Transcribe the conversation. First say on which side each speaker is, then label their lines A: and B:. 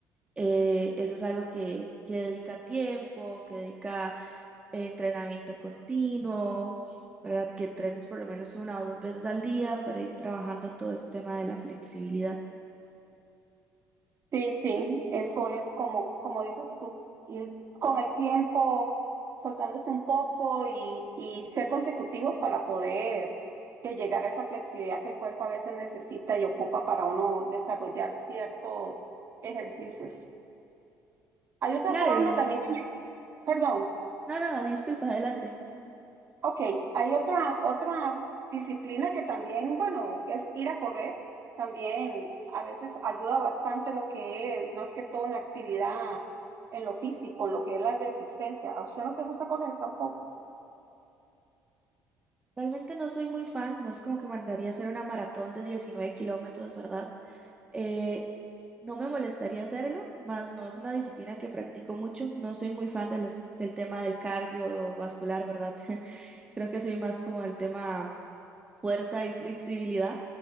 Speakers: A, on the right (about 15°); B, on the right (about 45°).
A: Eh, eso es algo que, que dedica tiempo, que dedica eh, entrenamiento continuo, ¿verdad? Que entrenes por lo menos una o dos veces al día para ir trabajando todo ese tema de la flexibilidad.
B: Sí, sí, eso es como, como dices tú, ir con el tiempo soltándose un poco y, y ser consecutivos para poder eh, llegar a esa flexibilidad que el cuerpo a veces necesita y ocupa para uno desarrollar ciertos ejercicios. Hay otra
A: Claro,
B: forma
A: y
B: también que me- perdón.
A: no, no, disculpa, adelante.
B: Ok, hay otra, otra disciplina que también, bueno, es ir a correr. También a veces ayuda bastante lo que es, más que todo en actividad, en lo físico, en lo que es la resistencia. ¿A usted no te gusta correr tampoco?
A: Realmente no soy muy fan, no es como que mandaría hacer una maratón de 19 kilómetros, ¿verdad? Eh, no me molestaría hacerlo, más no es una disciplina que practico mucho, no soy muy fan de las- del tema del cardiovascular, ¿verdad? <laughs> Creo que soy más como del tema fuerza y flexibilidad,